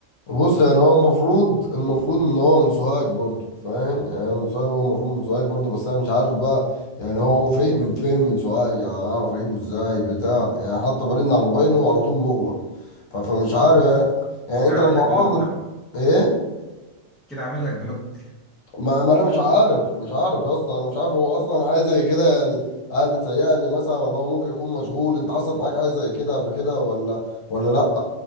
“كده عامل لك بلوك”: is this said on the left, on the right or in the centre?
Centre